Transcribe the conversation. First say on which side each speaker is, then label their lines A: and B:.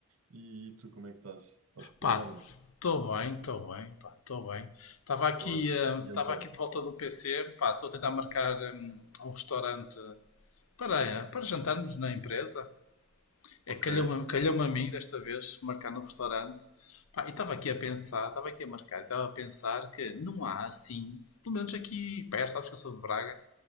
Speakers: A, on the right; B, on the left.
A: E tu, como é que estás? Estás porreiro
B: Pá,
A: ou
B: estou bem, estou bem, pá, estou bem. Estava aqui,
A: não? Ótimo.
B: eh,
A: E
B: estava
A: então?
B: aqui de volta do PC, pá, estou a tentar marcar hum, um restaurante para, eh, para jantarmos na empresa. É,
A: Ok.
B: calhou-me, calhou-me a mim desta vez marcar no restaurante. Pá, e estava aqui a pensar, estava aqui a marcar, estava a pensar que não há assim, pelo menos aqui perto, sabes que eu sou de Braga,